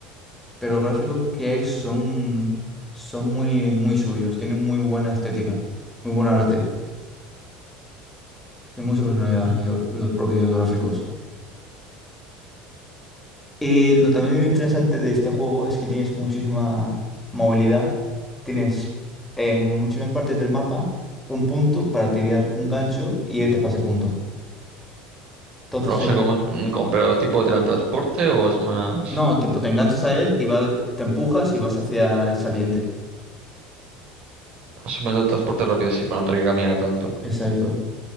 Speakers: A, in the centre; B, on the right.
A: pero los gráficos que hay son, son muy, muy suyos, tienen muy buena estética, muy buen arte, tienen mucha personalidad
B: Mm.
A: eh, los, los propios gráficos. Y lo también interesante de este juego es que tienes muchísima movilidad, tienes eh, muchísimas partes del mapa, un punto para tirar un gancho y irte pase punto. Entonces,
B: O
A: el-
B: sea, como, un- como- pero tipo de transporte o es más
A: no, tipo, te enganchas a él y va- te empujas y vas hacia el saliente.
B: asumiendo transporte rápido sí para no tener que caminar tanto.
A: Exacto.